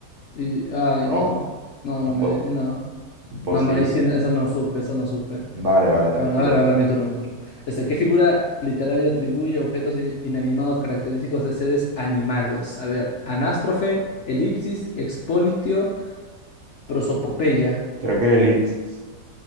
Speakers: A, on the left; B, on the right.
A: y... Ay,
B: No,
A: no. No,
B: impo-
A: no me... No.
B: imposible.
A: No, me- ahí sí, esa no supe, esa no supe.
B: Vale, vale, tranquilo,
A: Bueno, a ver, a
B: bro.
A: ver, mi turno, mi turno. Este, ¿qué figura literaria atribuye objetos in- inanimados característicos de seres animados? A ver, anástrofe, elipsis, expolitio, prosopopeya.
B: Creo que es elipsis.